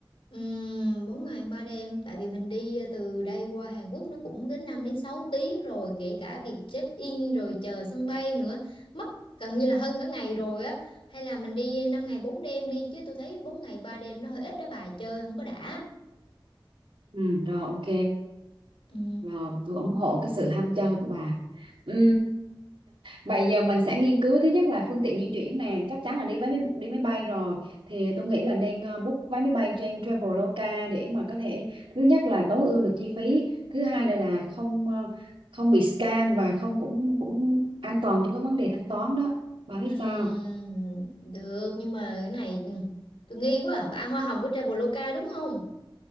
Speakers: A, on the left; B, on the right.
A: Ừm, 4 ngày ba đêm tại vì mình đi từ đây qua Hàn Quốc nó cũng đến 5 đến 6 tiếng rồi kể cả việc check in rồi chờ sân bay nữa mất gần như là hơn cả ngày rồi á hay là mình đi 5 ngày 4 đêm đi chứ tôi thấy 4 ngày 3 đêm nó hơi ít đó bà chơi không có đã
B: Ừ, rồi ok
A: Ừ
B: rồi tôi ủng hộ cái sự ham chơi của bà ừ, vậy giờ mình sẽ nghiên cứu thứ nhất là phương tiện di chuyển nè chắc chắn là đi máy đi máy bay rồi thì tôi nghĩ là nên ờ, book vé máy bay trên Traveloka để mà có thể thứ nhất là tối ưu được chi phí thứ hai nữa là không ờ, không bị scam và không cũng cũng an toàn trong cái vấn đề thanh toán đó bà thấy
A: Ừm,
B: sao
A: được nhưng mà cái này ừ, tôi nghi quá à. Bạn ăn hoa hồng của Traveloka đúng không?